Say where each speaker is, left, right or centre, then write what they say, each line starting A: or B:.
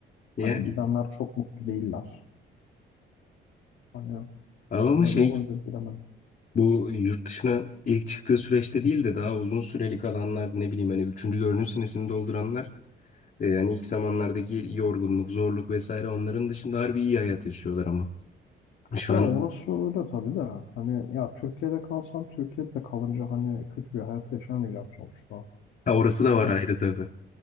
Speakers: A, on the left; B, on the left.
A: Ya
B: Hani gidenler çok mutlu değiller. Hani
A: Abi ama
B: öyle
A: şey
B: olunca bilemedim.
A: bu yurt dışına ilk çıktığı süreçte değil de daha uzun süreli kalanlar ne bileyim hani üçüncü dördüncü senesini dolduranlar Ee, yani ilk zamanlardaki yorgunluk, zorluk vesaire onların dışında harbi iyi hayat yaşıyorlar ama. Şu
B: Ya
A: an
B: orası öyle tabii de hani ya Türkiye'de kalsam Türkiye'de de kalınca hani kötü bir hayat yaşamayacağım sonuçta.
A: ha, orası da var
B: Hani
A: ayrı tabii.